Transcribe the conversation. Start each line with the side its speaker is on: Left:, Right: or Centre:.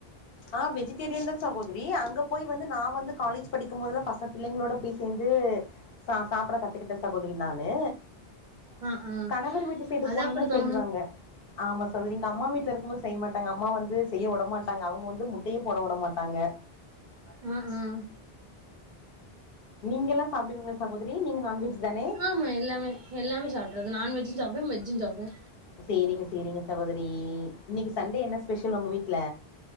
Left: ஆ வெஜிட்டேரியன் தா சகோதரி அங்கப் போய் வந்து நா வந்து காலேஜ் படிக்கும்போதெல்லா பச பிள்ளைங்களோட போய் சேந்து சா சாப்ட கத்துக்கிட்டே சகோதரி நானு
Right: ஆ ஆ
Left: கணவர் வீட்டு சைடு
Right: அது
Left: போனம்னா
Right: அப்டிதா
Left: செய்வாங்க ஆமா சகோதரி எங்க அம்மா வீட்ல இருக்கும்போது செய்மாட்டாங்க அம்மா வந்து செய்யவுடமாட் டாங்க அவ்ங்க வந்து முட்டையே போடவுட மாட்டாங்க
Right: ம் ம்
Left: நீங்கல்லா சாப்டுவீங்களா சகோதரி நீங்க நான்வெஜ் தானே
Right: ஆமா எல்லாமே எல்லாமே சாப்ட்றது நான்வெஜ்ஜு சாப்டுவே வெஜ் ஜு சாப்டுவே
Left: சேரிங்க சேரிங்க சகோதரி இன்னைக்கு சண்டே என்ன ஸ்பெஷல் ஒங்க வீட்ல